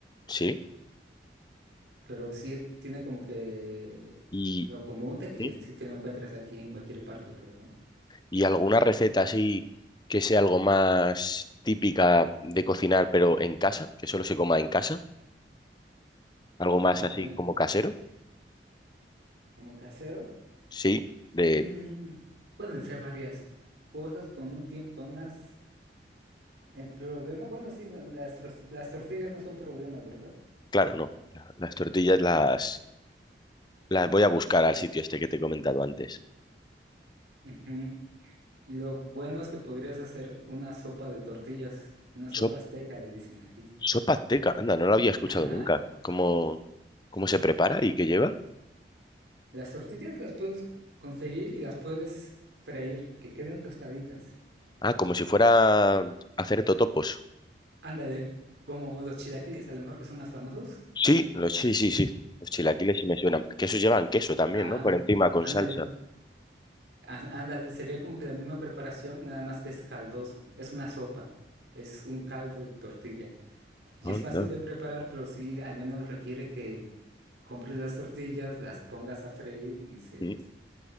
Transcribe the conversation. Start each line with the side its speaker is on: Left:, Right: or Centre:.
Left: ¿sí?
Right: pero sí es- tiene como que
Left: Y,
Right: lo común de que
Left: ¿sí?
Right: sí te lo encuentras aquí en cualquier parte, pues, ¿no?
Left: y alguna receta así que sea algo más típica de cocinar, pero en casa, que solo se coma en casa, algo
Right: Ah,
Left: más así
Right: bien,
Left: como casero.
Right: como casero,
Left: Sí, de,
Right: mm, pueden ser varias cosas con un tiempo, con unas... El problema, bueno, sí, no, las, tros- las tortillas no son problema, ¿verdad?
Left: claro, no. La- Las tortillas las, las voy a buscar al sitio este que te he comentado antes.
Right: Ujú. Y lo bueno es que podrías hacer una sopa de tortillas, una sopa
Left: Sop-
Right: azteca, le dicen aquí.
Left: sopa azteca, anda, no la había escuchado
Right: Ajá.
Left: nunca. ¿Cómo, cómo se prepara y qué lleva?
Right: Las tortillas las puedes conseguir y las puedes freír, que queden tostaditas.
Left: Ah, como si fuera a hacer totopos.
Right: Ándale, como los chilaquiles, a lo mejor que son más famosos.
Left: Sí, los, sí, sí, sí. Los chilaquiles sí me suenan. Que esos llevan queso también,
Right: Anda,
Left: ¿no? Por encima con
Right: ándale,
Left: salsa.
Right: á- ándale, sería como que la misma preparación, nada más que es caldoso. Es una sopa, es un caldo de tortilla. Y
Left: Anda.
Right: es fácil de preparar, pero sí, al menos requiere que compres las tortillas, las pongas a freír y se,
Left: sí.